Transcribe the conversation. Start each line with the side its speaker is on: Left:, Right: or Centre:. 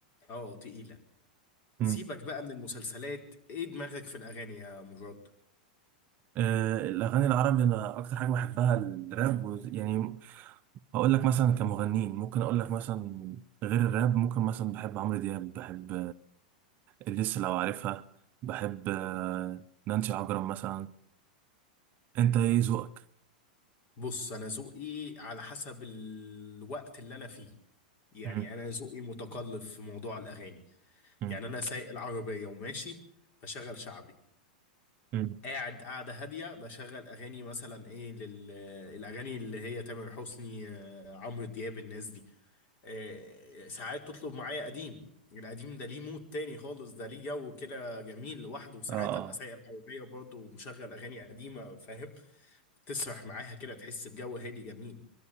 Left: اه تقيلة سيبك
Right: امم
Left: بقى من المسلسلات ايه دماغك في الأغاني يا مراد
Right: آه الاغاني العربي انا اكتر حاجه بحبها الراب و- يعني هقول لك مثلا كمغنيين ممكن اقول لك مثلا غير الراب ممكن مثلا بحب عمرو دياب بحب لسه لو عارفها بحب آه، نانسي عجرم مثلا انت ايه ذوقك
Left: بص انا ذوقي على حسب الوقت اللي انا فيه يعني
Right: مم،
Left: انا ذوقي متقلب في موضوع الاغاني
Right: مم،
Left: يعني انا سايق العربيه وماشي بشغل شعبي
Right: مم.
Left: قاعد قاعده هاديه بشغل اغاني مثلا ايه لل... الاغاني اللي هي تامر حسني آه، عمرو دياب الناس دي آه، ساعات تطلب معايا قديم القديم ده ليه مود تاني خالص ده ليه جو كده جميل لوحده وساعات
Right: اه اه
Left: ابقى سايق العربيه برضه ومشغل اغاني قديمه فاهم تسرح معاها كده تحس بجو هادي جميل